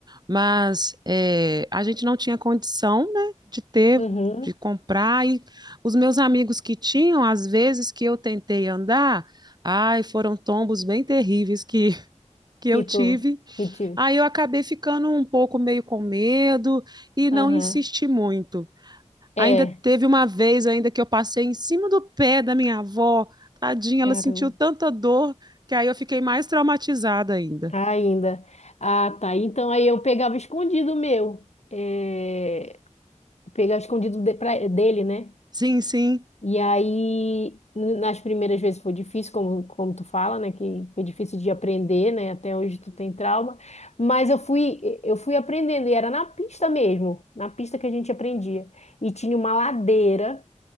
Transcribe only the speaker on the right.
mas eh, a gente não tinha condição, né, de ter,
de comprar. E os meus amigos que tinham, às vezes que eu tentei andar, ai, foram tombos bem terríveis que, que eu
tive.
Aí eu acabei ficando um pouco meio com medo e
não insisti muito.
Ainda teve uma vez ainda que eu passei em cima do pé da minha avó, tadinha,
ela sentiu tanta dor que aí eu fiquei mais traumatizada ainda.
Sim, sim.